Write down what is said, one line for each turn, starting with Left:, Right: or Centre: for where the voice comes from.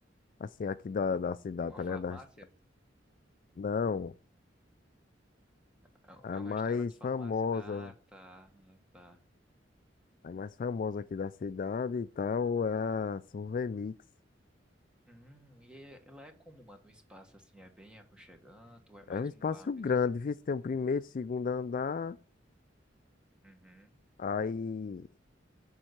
Left: Assim, aqui da, da cidade,
Centre: Uma
Left: tá
Centre: farmácia?
Left: ligado? Das- Não,
Centre: É um
Left: a
Centre: é
Left: mais
Centre: um restaurante farmácia?
Left: famosa,
Centre: Ah, tá, ah, tá.
Left: a mais famosa aqui da cidade e tal é a Survey Mix.
Centre: Hum, e é- ela é como, mano, um espaço assim, é bem aconchegante, ou é mais
Left: É um espaço
Centre: um bar mesmo?
Left: grande, viu? Tem o primeiro, segundo andar,
Centre: Uhum.
Left: aí